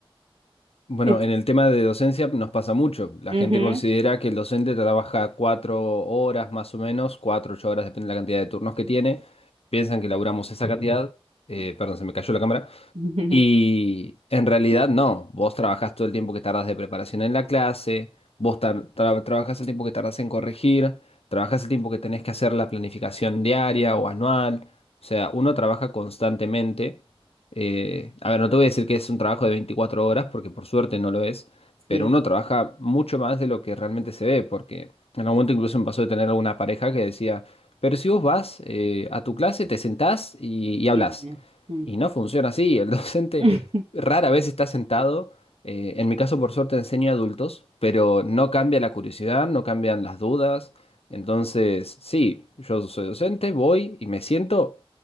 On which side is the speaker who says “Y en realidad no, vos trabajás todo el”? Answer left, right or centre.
Left